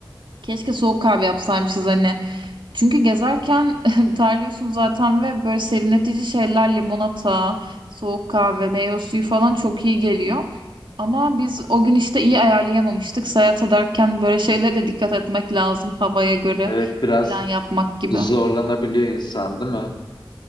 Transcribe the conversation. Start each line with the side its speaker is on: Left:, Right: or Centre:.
Right: keşke soğuk kahve yapsaymışız hani. Çünkü gezerken <laughs> terliyorsun zaten ve böyle serinletici şeyler limonata, soğuk kahve, meyve suyu falan çok iyi geliyor. Ama biz o gün işte iyi ayarlayamamıştık. Seyahat ederken böyle şeylere de dikkat etmek lazım havaya göre
Left: Evet biraz
Right: plan yapmak gibi.
Left: zorlanabiliyor insan değil mi?